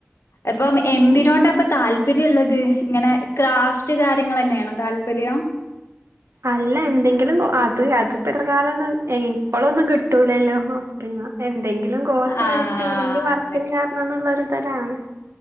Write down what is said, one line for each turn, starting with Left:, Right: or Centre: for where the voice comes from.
Left: അപ്പം എന്തിനോട്ടപ്പൊ
Right: ഉം ഉം
Left: താല്പര്യള്ളത് ഇങ്ങനെ ക്രാഫ്റ്റ് കാര്യങ്ങളെന്നെയാണോ താല്പര്യം?
Right: അല്ല എന്തെങ്കിലും അത് അത് ഇപ്പ എത്രകാലന്ന് എ ഇപ്പളൊന്നും കി ട്ടൂലല്ലോ ഓഹ് അപ്പ ഞാൻ എന്തെങ്കിലും കോഴ്സ്
Left: ആഹ്
Right: പഠിച്ച് എവിടെങ്കിൽ വർക്കിന്
Left: അതെ
Right: ചേർണന്ന്ള്ളൊരു ഇതിലാണ്.